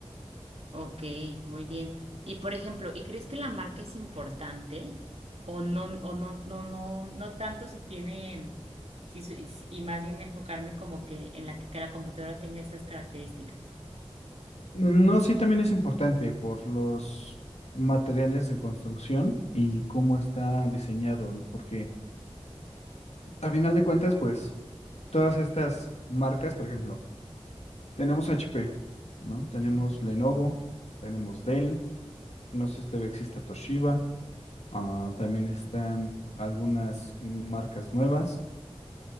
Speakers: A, on the right; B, on the left.
A: Ok, muy bien. Y por ejemplo, ¿y crees que la marca es importante o no, o no, no, no, no tanto si tiene, si, su- y si- y más bien enfocarme como que en la que, que la computadora tenga estas características?
B: No, sí, también es importante por los materiales de construcción y cómo está diseñado, ¿no? porque a final de cuentas, pues todas estas marcas, por ejemplo, tenemos H P ¿no? Tenemos
A: Ujú,
B: Lenovo, tenemos Dell, no sé si todavía existe Toshiba, ah, también están algunas marcas nuevas,